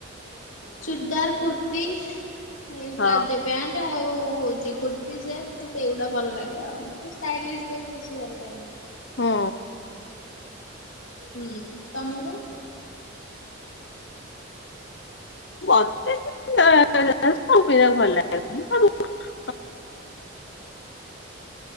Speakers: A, on the left; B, on the left.
A: ଚୁଡ଼ିଦାର କୁର୍ତ୍ତି ଏଇ
B: ହଁ।
A: ପ୍ଲାଯୋ ପ୍ୟାଣ୍ଟ ଆଉ ହୋଉଛି କୁର୍ତ୍ତୀ ସେଟ୍ ମତେ ଏଇଗୁଡା ଭଲ ଲାଗେ ଆଉ, ମତେ ଷ୍ଟାଇଲିସ୍ ଡ୍ରେସ୍ ବେଶି ଭଲ ଲାଗେନି।
B: ହୁଁ।
A: ହୁଁ, ତମକୁ?
B: ମତେ କମ୍ ପଇସା ଭଲ ଲାଗେ। <unintelligible>